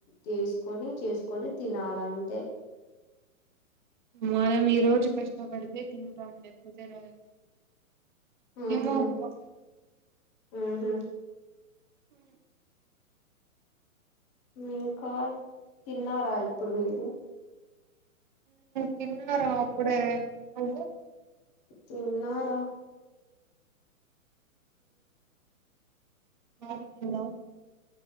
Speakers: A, on the left; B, on the right.
A: తీసుకొని చేసుకొని తినాల అంతే
B: మనం ఈ రోజు కష్టపడితే తింటాం లేకపోతే రోజు
A: ఉహు
B: ఏమో అబ్బా
A: ఉహు
B: హ
A: ఇంకా తిన్నారా ఇప్పుడు మీరు
B: తిన్నారా అప్పుడే నువ్వు
A: తిన్నారా
B: నాలుగు
A: ఆ
B: తిన్నావా?